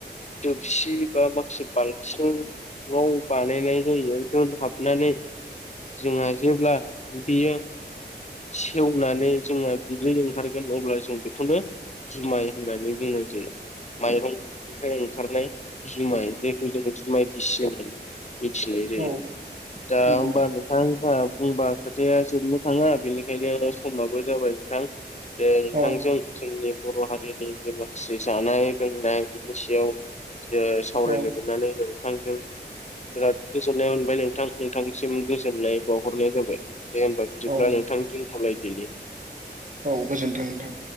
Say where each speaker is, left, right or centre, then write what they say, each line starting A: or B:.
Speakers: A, on the left; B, on the right.
A: दोबसि बा माखासे बाल्थिं औ पानि न जयो द हफनानानै जोंहा जेब्ला बियो। सेवनानै जोंना बिदै ओंखारगोन अब्ला जों बेखौनो। जुमाय होननानै बुंनाय जायो। माइरंनिफ्राय ओंखारनाय जुमाय जायखौ जों जुमाय गिसियोनो मिथिनाय जायो
B: औ
A: दा
B: नंगौ
A: होमबा नों नोंथां बुंबा खोथाया जोबनो थाङा बेनिखायनो समाबो जाबाय नोंथां। बे नोंथांजों
B: औ
A: जोंनि बर' हारिनि जे माखसे जानाय लोंनाय बिनि सायाव ज सावरायलाय
B: औ
A: मोनोननानै नोंथांजों बिराद गोजोननाय मोनबाय नोंथां नोंथांसिम गोजोननाय बावहरनाय जाबाय। दे होमबा बिदिब्ला
B: औ
A: नोंथां जों दोथलायदिनि
B: औ गोजोन्थों नोंथां।